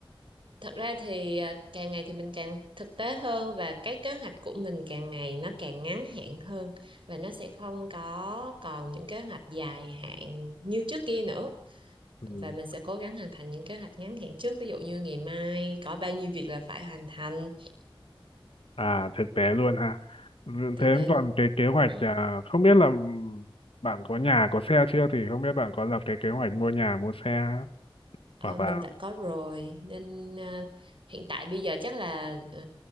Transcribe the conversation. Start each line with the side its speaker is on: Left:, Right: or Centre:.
Right: thật ra thì à, càng ngày thì mình càng thực tế hơn và cái kế hoạch của mình càng ngày nó càng ngắn hạn hơn và nó sẽ không có còn những kế hoạch dài hạn như trước kia nữa
Left: <laughs>
Right: và mình sẽ cố gắng hoàn thành những kế hoạch ngắn hạn trước ví dụ như ngày mai có bao nhiêu việc là phải hoàn thành
Left: À thực tế luôn ha. V-
Right: thực
Left: Thế
Right: tế
Left: còn
Right: luôn
Left: cái kế hoạch
Right: Ừ.
Left: à, không biết là ừm, bạn có nhà có xe chưa thì không biết bạn có lập cái kế hoạch mua nhà mua xe
Right: Ờ,
Left: hoặc
Right: mình
Left: là
Right: đã có rồi nên ờ, hiện tại bây giờ chắc là ờ,